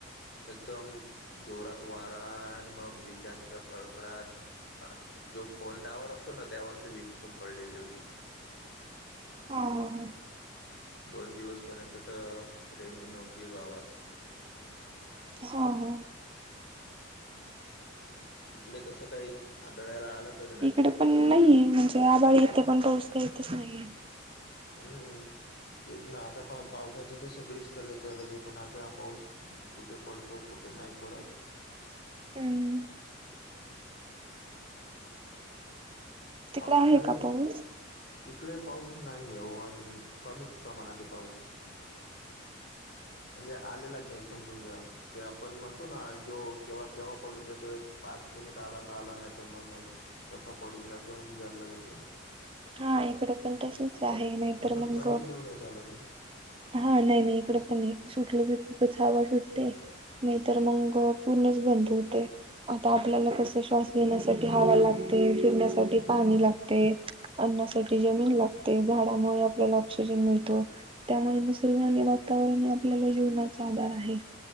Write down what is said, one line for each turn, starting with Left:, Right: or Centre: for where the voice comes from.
Left: एकदम जोरात वारा आणि मग विजांच्या कडकडात जो फोन टॉवर असतो ना, त्यावर ती वीज पण पडलेली होती.
Right: हा हा हा.
Left: दोन दिवसपर्यंत तर, रेंज नव्हती गावात.
Right: हा हा.
Left: तिकडे तसं काही आढळायला आलं का की नाही?
Right: इकडे पण नाहीये म्हणजे आभाळ येतेय, पण पाऊस काय येतंय नाही.
Left: हम्म, तेच ना. आता पा पावसाची तर सगळीच कडेच गरज आहे, पण आता हा पाऊस कुठे पडतो? कुठे नाही पडत?
Right: हम्म. तिकडे
Left: पाऊ
Right: आहे
Left: आणि
Right: का पाऊस?
Left: इकडे पाऊस नाहीये हो अजून, कमी प्रमाणात आहे पाऊस. म्हणजे आलेलाच नाही, समजून जा. ते आपण म्हणतो ना, जो केव्हा केव्हा पडून जातो एक, पाच मिनिट आला तर आला, नाही तर, मग नाही. तसा पडून जातोय आणि जायला <unintelligible> तोय.
Right: हा, इकड पण तसच आहे. नाहीतर
Left: असा
Right: मंग
Left: कंटिन्यू नाही चालत आहे
Right: हा, नाही नाही इकडे पण नाही सुटले की, खूपच हवां सुटते. नाही तर मंग, पूर्णच बंद होते. आता आपल्याला कस श्वास घेण्यासाठी हवा लागते, पिण्यासाठी पाणी लागते. अन्नासाठी जमीन लागते. झाडामुळे आपल्याला ऑक्सिजन मिळतो. त्यामुळे निसर्ग आणि वातावरणमुळे आपल्याला जीवनाचा आधार आहे.